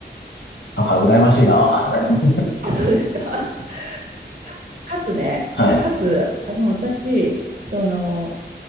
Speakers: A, on the left; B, on the right.
A: んか羨ましいな。<laughs>
B: あ、そうですか。<laughs> かつね、
A: はい、
B: かつ、あの、私、その、